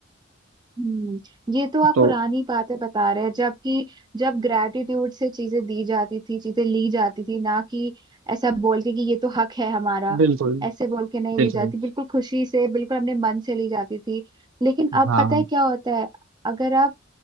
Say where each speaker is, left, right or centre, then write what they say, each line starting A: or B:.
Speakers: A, on the right (about 20°); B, on the right (about 70°).
A: हम्म ये तो आप
B: तो
A: पुरानी बातें बता रहे हैं जबकि जब ग्रेटिट्यूड से चीजें दी जाती थी चीजें ली जाती थी ना कि ऐसा बोल के कि ये तो हक है हमारा
B: बिल्कुल
A: ऐसे बोल के नहीं
B: बिल्कुल
A: ली जाती बिल्कुल खुशी से बिल्कुल अपने मन से ली जाती थी लेकिन अब
B: हाँ
A: पता है क्या होता है अगर आप